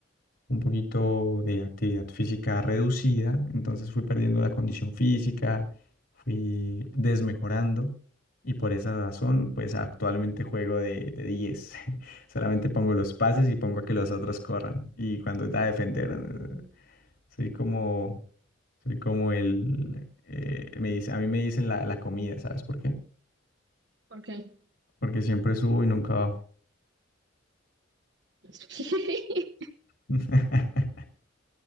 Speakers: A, on the left; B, on the right.
A: un poquito de actividad física reducida, entonces fui perdiendo la condición física, fui desmejorando y por esa razón pues actualmente juego de, de 10. <laughs> Solamente pongo los pases y pongo a que los otros corran y cuando da a defender eh, soy como soy como el eh, me dice, a mí me dicen la, la comida, ¿sabes por qué?
B: ¿por qué?
A: Porque siempre subo y nunca bajo.
B: <laughs>
A: <laughs>